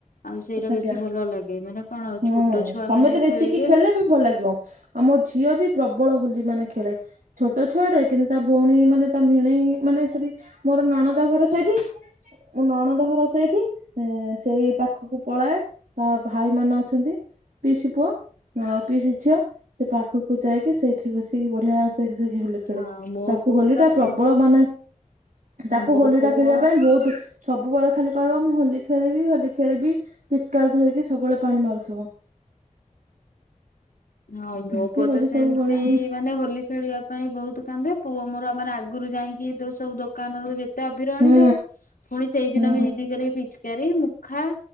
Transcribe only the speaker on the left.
ଆଉ ସେଇଟା
ବେଶୀ ଭଲ ଲାଗେ ମାନେ କଣ
ଛୋଟ ଛୁଆ
ମାନେ
ଖେଳିବେ
ହଁ ମୋ
ପୁଅ
ତ
ସେ
ମୋ
ପୁଅ
ହଁ ମୋ
ପୁଅ
ତ ସେମିତି
ମାନେ ହୋଲି ଖେଳିବା ପାଇଁ ବହୁତ କାନ୍ଦେ ପୁଅ ମୋର ଆମେ ଆଗରୁ ଯାଇକି ଯୋଉ ସବୁ ଦୋକାନରୁ ତ ଅଭିର ଆଣିଥାଉ
ପୁଣି ସେଇଦିନ
ବି ଜିଦି କରି ପିଚିକାରୀ ମୁଖା